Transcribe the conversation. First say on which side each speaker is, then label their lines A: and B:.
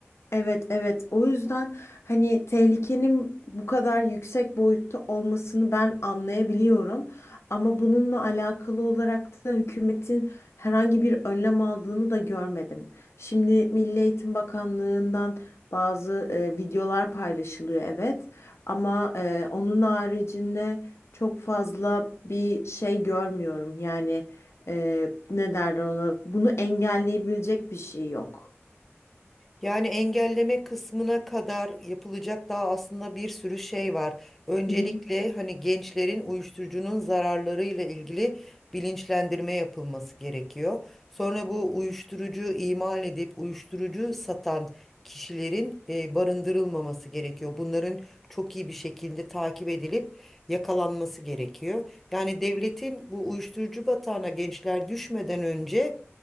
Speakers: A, on the left; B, in the centre.
A: Evet evet o yüzden hani tehlikenin bu kadar yüksek boyutta olmasını ben anlayabiliyorum ama bununla alakalı olarak da hükümetin herhangi bir önlem aldığını da görmedim. Şimdi Milli Eğitim Bakanlığı'ndan bazı e, videolar paylaşılıyor evet ama e, onun haricinde çok fazla bir şey görmüyorum yani e, ne derler ona bunu engelleyebilecek bir şey yok.
B: Yani engelleme kısmına kadar yapılacak daha aslında bir sürü şey var. Öncelikle
A: Hı hı.
B: hani gençlerin uyuşturucunun zararlarıyla ilgili bilinçlendirme yapılması gerekiyor. Sonra bu uyuşturucu imal edip uyuşturucu satan kişilerin e, barındırılmaması gerekiyor. Bunların çok iyi bir şekilde takip edilip yakalanması gerekiyor. Yani devletin bu uyuşturucu batağına gençler düşmeden önce